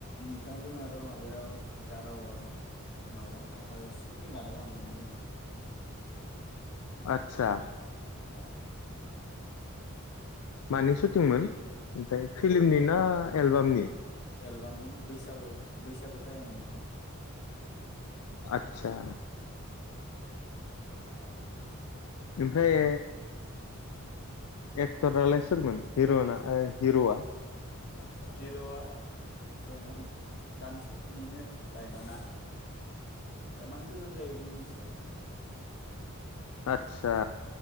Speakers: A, on the left; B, on the left.
A: नोंथाङा जों आरो माबायाव दारागावावथ' माबा सुटिं लानोबो थांदोंमोन जोङो।
B: आतसा।
A: हा।
B: मानि सुटिंमोन ओमफ्राय फिल्मनि
A: ओरैनो
B: ना एलबामनि
A: एलबामनि बैसागो बैसागो टाइमाव नोंथां।
B: आतसा।
A: <unintelligible>
B: ओमफ्राय एक क्टर रालाय सोरमोन? हिर'यना ओ हिर'आ <unintelligible>
A: हिर'आ दङ गामि सायदथिनिनो बायमाना बायमान गोजान जायो जोंनिसाय।
B: आदसा